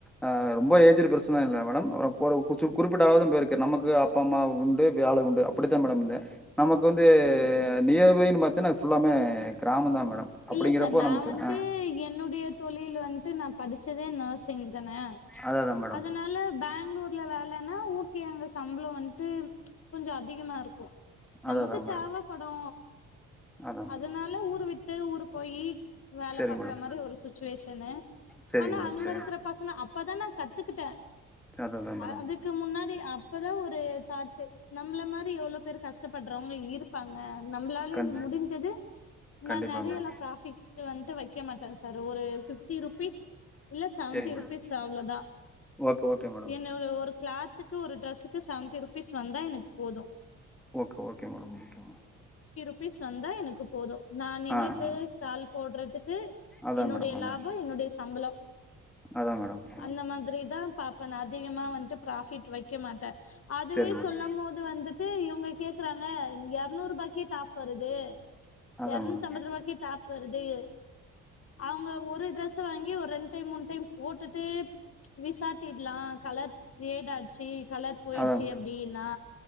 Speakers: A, in the centre; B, on the left.
A: ஆ ரொம்ப ஏஜ்டு பெர்சனா இல்ல மேடம் ஆ பொறவு குர்ச்சு குறிப்பிட்ட அளவுதா போயிருக்கற நமக்கு அப்பா அம்மா உண்டு வேல உண்டு அப்பிடித்தா மேடம் இருந்தே நமக்கு வந்து
B: ம்
A: நியர்பைன்னு பாத் தன்னா ஃபுல்லாமே கிராமந்தா மேடம்
B: இல்ல
A: அப்டிங்கிறப்போ
B: சார் நா
A: நமக்கு
B: வந்ட்டு
A: ஆ
B: என்னுடைய தொழில் வந்ட்டு நா படிச்சதே நர்சிங் தான
A: அதா அதா மேடம்
B: அதனால பேங் ளூருல வேலைன்னா ஓகே அங்க சம்ப்ளோ வந்ட்டு கொஞ்சோ அ திகமா இருக்கு
A: அதா
B: நமக்கு
A: அதா மேடம்
B: தேவப்படு
A: அதா மேடம்
B: அதனால ஊர விட் டு ஊரு போயி வேல
A: சரி
B: பாக்கற
A: மேடம்
B: மாதிரி ஒரு சுச் சிட்சுவேஷனு
A: சரிங்க
B: ஆனா
A: மேடம்
B: அங்க
A: சரிங்க
B: இருக்குற பசங்க அப்பதா நா கத் கத்துக்கிட்ட
A: அதா அதா மேடம்
B: அ அதுக்கு முன்னாடி அப்பதா ஒரு தாட்டு நம்மள மாரி எவ்ளோ பேரு கஷ்டப்படுறவங்க இருப்பாங்க நம்மளால
A: கண்
B: முடிஞ்சது நா
A: கண்டிப்பா
B: நெறயல்லா
A: மேடம்
B: ப்ராபிக்ட் வன்டு வைக் வக்க மட்டே சார் ஒரு பிப்டி ருபீஸ் இல்ல செவன்டி
A: சரி மேடம்
B: ருபீஸ் அவ்ளோ தா
A: ஓகே ஓகே மேடம்
B: என்ன கிளாத்துக்கு ஒரு ட்ரெஸ்க்கு செவன் ஃபிப்டி ருபீஸ் வந்தா எனக்கு போது
A: okay okay madam okay madam
B: rupees வந்தா எனக்கு போது நான் நின்னுட்டு
A: ஆ ஆ
B: ஸ்டால் போடுறதுக்கு
A: அதா
B: என்னுடைய
A: மேடம் அதா
B: லாபோ என்னுடைய சம்பளோ
A: அதா மேடம் அதா
B: அந்த மாதிரி தா பாபே நா அதிகமா வந்துட்டு ப்ராஃபிட் வை வக்க மாட்டே அதுவே
A: சரிங்க
B: சொல்லும்
A: மேடம்
B: போது வந்துட்டு இவுங்க கே விக்குறாங்க எரநூறு ரூபாய்க்கே டாப் வருது
A: அதா
B: இரனுத்தி
A: மேடம்
B: அம்பது ரூபாய்க்கே டாப். வருது அவுங்க ஒரு ட்ரெஸ் வாங்கி ஒரு ரெண்டு டைம் மூனு டைம் போட்டுட்டு விசாட்டில்லா கலர் சேடாச்சு கலர் போயிச்சு
A: அதா
B: அப்டின்னா